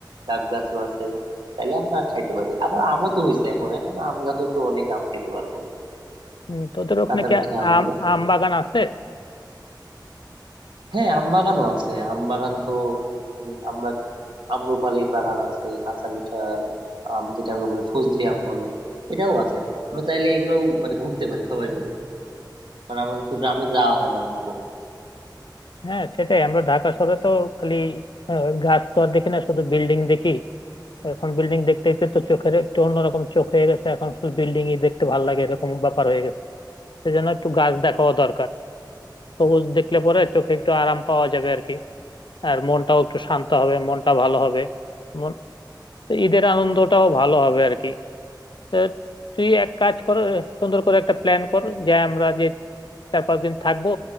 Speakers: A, on the right; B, on the left.
A: ডাব গাছও আছে তাইলে আমরা খাইতে পারি আবার আমও তো হয়েছে এখন এখন আম গাছও তো অনেক আম খাইতে পারবো
B: হুম, তোদের ওখানে
A: কাঁচা
B: কি
A: মিঠা আমগুলো
B: আম আম বাগান আছে
A: হ্যাঁ আম বাগানও আছে আম বাগান তো উম, আমরা আম্রপালির বাগান আছে কাঁচা মিঠা আম যেটা বলে ফজলি আম বলে এটাও আছে আমরা চাইলে এগুলো মানে ঘুরতে পারি সবাই মিলে কারণ আমাদের তো গ্রামে যাওয়া হয় না ওরকম
B: হ্যাঁ সেটাই আমরা ঢাকা শহরে তো খালি আহ, গাছ তো আর দেখি না শুধু বিল্ডিং দেখি এখন বিল্ডিং দেখতে দেখতে তো চোখের একটু অন্যরকম চোখ হয়ে গেছে এখন শুধু বিল্ডিং ই দেখতে ভালো লাগে এরকম ব্যাপার হয়ে গেছে সেজন্য একটু গাছ দেখাও দরকার সবুজ দেখলে পরে চোখে একটু আরাম পাওয়া যাবে আর কি আর মনটাও একটু শান্ত হবে মনটা ভালো হবে মন- ঈদের আনন্দটাও ভালো হবে আর কি তো তুই এক কাজ কর সুন্দর করে একটা প্ল্যান কর যে আমরা যে চার পাঁচ দিন থাকবো